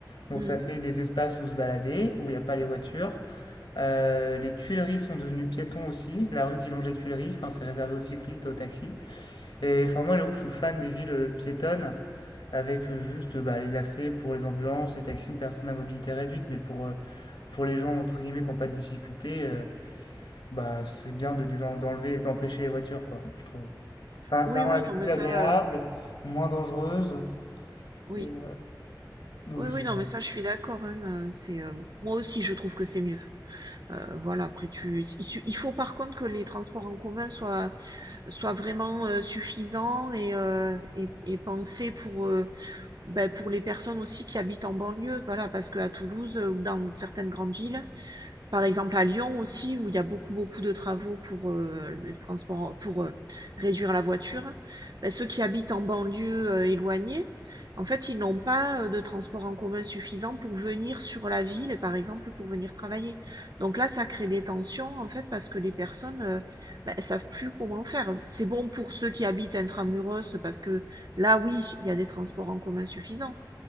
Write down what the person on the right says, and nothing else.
Mhm.
Oui,
oui,
non,
mais ça,
euh,
oui,
oui, oui,
non,
mais ça, je suis d'accord. hein, euh, c'est euh, moi aussi, je trouve que c'est mieux. Euh, voilà, après, tu, il, su- il faut par contre que les transports en commun soient soient vraiment euh, suffisants et, euh, et, et pensés pour euh, Ben, pour les personnes aussi qui habitent en banlieue, voilà, parce qu'à Toulouse, euh, ou dans certaines grandes villes, par exemple à Lyon aussi où il y a beaucoup, beaucoup de travaux pour, heu, les transports pour, heu, réduire la voiture, bah, ceux qui habitent en banlieue, heu, éloignée, en fait, ils n'ont pas, heu, de transports en commun suffisants pour venir sur la ville et par exemple pour venir travailler. Donc là, ça crée des tensions, en fait, parce que les personnes, heu, bah, elles savent plus comment faire. C'est bon pour ceux qui habitent intra-muros parce que là, oui, il y a des transports en commun suffisants,